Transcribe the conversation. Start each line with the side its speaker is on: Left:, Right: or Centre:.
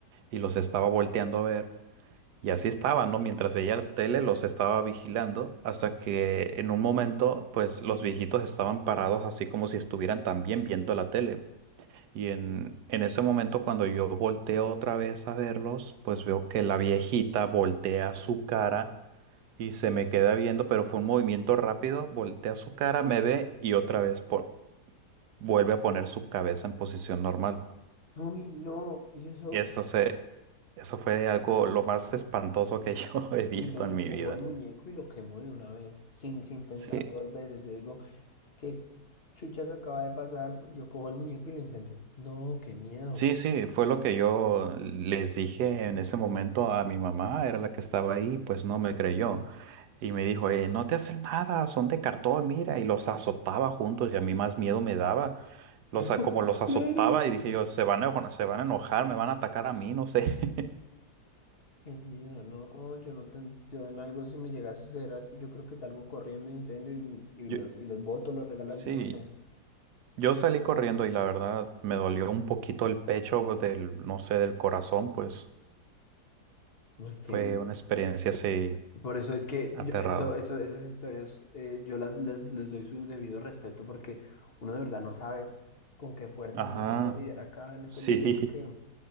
Right: y los estaba volteando a ver. Y así estaban, ¿no? Mientras veía la tele, los estaba vigilando hasta que en un momento, pues los viejitos estaban parados así como si estuvieran también viendo la tele. Y en, en ese momento, cuando yo volteo otra vez a verlos, pues veo que la viejita voltea su cara y se me queda viendo, pero fue un movimiento rápido, voltea su cara, me ve y otra vez po- vuelve a poner su cabeza en posición normal.
Left: Uy, no, y eso,
Right: Eso se, eso fue algo lo más espantoso que <laughs> yo he visto
Left: uy, no, yo
Right: en mi
Left: cojo
Right: vida.
Left: el muñeco y lo quemo de una vez, sin, sin pensarlo
Right: Sí,
Left: dos veces. Yo digo, ¿qué chuchas acaba de pasar? Yo cojo el muñeco y lo incendio. No, qué miedo.
Right: sí, sí, fue lo que yo les dije en ese momento a mi mamá, era la que estaba ahí, pues no me creyó. Y me dijo, eh, no te hacen nada, son de cartón, mira, y los azotaba juntos y a mí más miedo me daba.
Left: <laughs>
Right: Los, a- como los
Left: Claro.
Right: azotaba y dije yo, se van a, eno- se van a enojar, me van a atacar a mí, no sé. <laughs>
Left: Qué miedo, no, yo no ten- yo en algo si me llega a suceder así, yo creo que salgo corriendo incendio y, y
Right: Yo-
Left: los y los boto, los regalar,
Right: sí,
Left: yo no sé.
Right: yo salí corriendo y la verdad me dolió un poquito el pecho pues, del, no sé, del corazón, pues
Left: Uy, qué
Right: fue
Left: miedo.
Right: una experiencia así
Left: Por eso es que
Right: aterrador.
Left: yo, eso, eso, esas historias eh, yo las, les, les doy su debido respeto porque uno de verdad no sabe con qué fuerzas
Right: Ajá,
Left: uno puede lidiar acá en este
Right: <laughs>
Left: mundo
Right: sí.
Left: porque